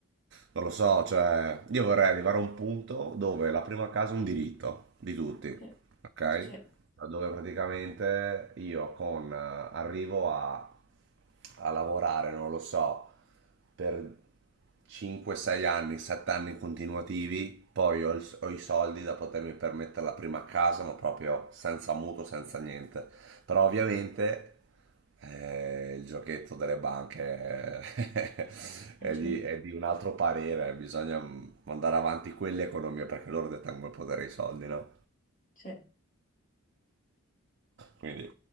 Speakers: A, on the right; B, on the left.
A: non lo so, cioè, io vorrei arrivare a un punto dove la prima casa è un diritto di tutti
B: Sì,
A: ok?
B: sì,
A: Dove praticamente io con eh, arrivo a, a lavorare, non lo so, per 5-6 anni, 7 anni continuativi, poi ho, il- ho i soldi da potermi permettere la prima casa, ma proprio senza mutuo, senza niente. Però ovviamente eh, il giochetto delle banche eh, <laughs>
B: faccio-
A: è di, è di un altro parere, bisogna mm, mandare avanti quell'economia perché loro detengono il potere dei soldi, no?
B: sì.
A: Quindi...